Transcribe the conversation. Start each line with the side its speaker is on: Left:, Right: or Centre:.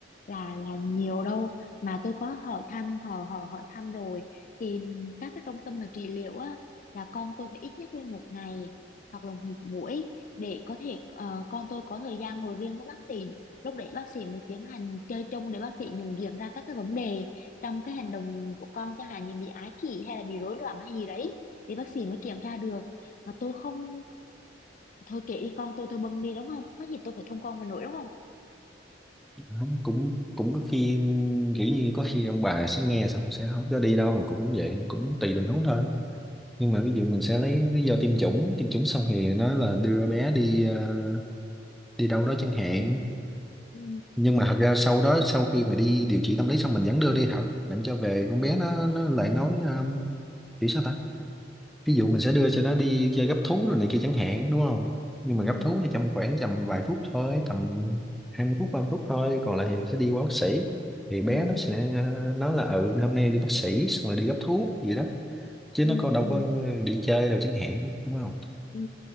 Left: là là nhiều đâu mà tôi có hỏi thăm hỏi hỏi hỏi thăm rồi thì các cái trung tâm mà trị liệu á là con tôi phải ít nhất lên một ngày hoặc là một buổi để có thể ờ, con tôi có thời gian ngồi riêng với bác sĩ lúc đấy bác sĩ mới tiến hành chơi chung để bác sĩ nhận diện ra các cái vấn đề trong cái hành động của con chẳng hạn như bị ái kỷ hay là bị rối loạn hay gì đấy thì bác sĩ mới kiểm tra được mà tôi không thôi kệ đi con tôi tôi bưng đi đúng không mắc gì tôi phải thông con mà nổi đúng không
Centre: không cũng cũng có khi kiểu như có khi ông bà sẽ nghe xong sẽ không cho đi đâu cũng vậy cũng tùy tình huống thôi nhưng mà ví dụ mình sẽ lấy lý do tiêm chủng tiêm chủng xong thì nói là đưa bé đi ờ, đi đâu đó chẳng hạn
Left: ừ
Centre: nhưng mà thật ra sau đó sau khi mà đi điều trị tâm lý xong mình vẫn đưa đi học làm cho về con bé nó nó lại nói um, kiểu sao ta ví dụ mình sẽ đưa cho nó đi chơi gấp thú rồi này kia chẳng hạn đúng không nhưng
Left: ừ
Centre: mà gấp thú thì trong khoảng tầm vài phút thôi tầm 20 phút 30 phút thôi còn lại thì sẽ đi qua bác sĩ thì bé
Left: ừ
Centre: nó sẽ uh, nói là ừ hôm nay đi bác sĩ xong rồi đi gấp thuốc gì đó chứ
Left: ừ
Centre: nó có đâu
Left: ừ
Centre: có đi chơi đâu chẳng hạn đúng không
Left: ừ